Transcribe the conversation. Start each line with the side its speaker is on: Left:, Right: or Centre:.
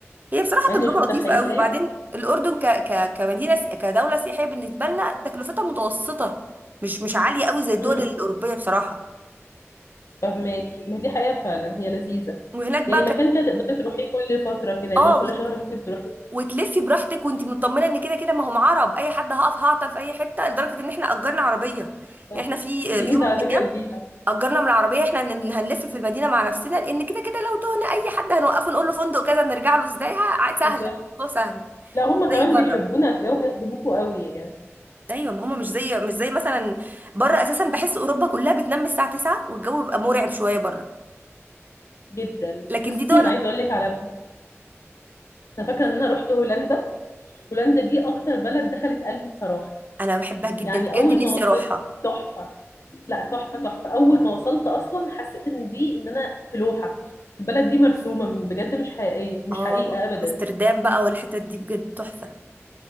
Right: هي بصراحة
Left: يعني
Right: تجربة
Left: مش متخيلاه
Right: لطيفة قوي وبعدين الأردن ك... ك... كمدينة س- كدولة سياحية بالنسبة لنا تكلفتها متوسطة مش مش عالية قوي زي الدول
Left: امم
Right: الأوروبية بصراحة
Left: فهماكي ما دي حقيقه فعلا هي لذيذه
Right: وهناك
Left: يعني
Right: بقى كانت
Left: مكان كده تقدري تروحيه كل فتره كده
Right: اه
Left: اللي هو كل
Right: وت...
Left: شهر ممكن تروحي
Right: وتلفي براحتك وانت مطمنة ان كده كده ما هم عرب اي حد هقف هعطل في اي حتة لدرجة ان احنا اجرنا عربية
Left: بالظبط.
Right: يعني احنا في
Left: دي
Right: يوم
Left: ميزة
Right: من
Left: على
Right: الايام
Left: فكرة كبيرة
Right: اجرنا من العربية احنا اللي هنلف في المدينة مع نفسنا لان كده كده لو تهنا اي حد هنوقفه نقول له فندق كذا نرجع له ازاي ها- سهلة
Left: بالظبط
Right: الموضوع سهل
Left: لا هم كمان
Right: زي بره
Left: بيحبونا هتلاقيهم يخدموكوا قوي يعني
Right: ايوه ما هما مش زي مش زي مثلا بره اساسا بحس اوروبا كلها بتنام الساعه 9 والجو بيبقى مرعب شويه بره
Left: جدا
Right: لكن
Left: بصي
Right: دي دول
Left: انا عايزه اقول لك على انا فاكره ان انا رحت هولندا هولندا دي اكتر بلد دخلت قلبي بصراحه
Right: انا بحبها جدا
Left: يعني
Right: بجد
Left: اول
Right: نفسي
Left: ما وصلت
Right: اروحها
Left: تحفه لا تحفه تحفه اول ما وصلت اصلا حسيت ان دي ان انا في لوحه البلد دي مرسومه بجد مش حقيقيه مش
Right: اه
Left: حقيقه ابدا
Right: امستردام بقى والحتت دي بجد تحفه